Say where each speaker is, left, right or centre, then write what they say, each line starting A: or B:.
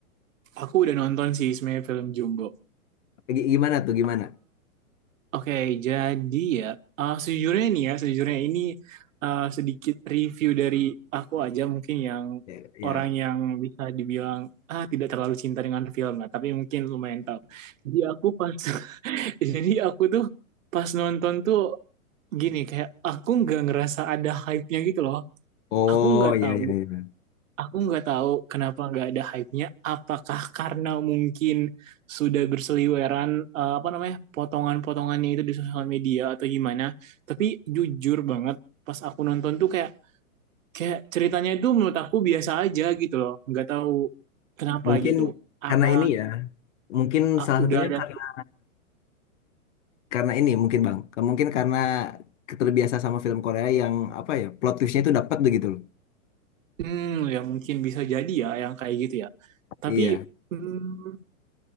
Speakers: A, on the right; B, on the left.
A: Aku udah nonton sih sebenarnya film Jumbo.
B: Gi- Gimana tuh, gimana?
A: Oke, jadi ya, uh, sejujurnya nih ya, sejujurnya ini uh, sedikit review dari aku aja mungkin yang
B: Ya, ya.
A: orang yang bisa dibilang ah tidak terlalu cinta dengan film lah, tapi mungkin lumayan tahu. Jadi aku pas, <laughs> jadi aku tuh pas nonton tuh gini kayak aku nggak ngerasa ada hype-nya gitu loh.
B: Oh,
A: Aku nggak
B: ya,
A: tahu
B: ya, ya.
A: Aku nggak tahu kenapa nggak ada hype-nya. Apakah karena mungkin sudah berseliweran eh, apa namanya potongan-potongannya itu di sosial media atau gimana? Tapi jujur banget, pas aku nonton tuh kayak kayak ceritanya itu menurut aku biasa aja gitu loh. Nggak tahu kenapa
B: Mungkin
A: gitu. Apa
B: karena ini ya, mungkin
A: ah,
B: salah satunya
A: udah ada?
B: karena karena ini mungkin Bang, mungkin karena terbiasa sama film Korea yang apa ya, plot twistnya itu dapat begitu loh.
A: Hmm, ya mungkin bisa jadi ya yang kayak gitu ya. Tapi
B: Iya.
A: hmm,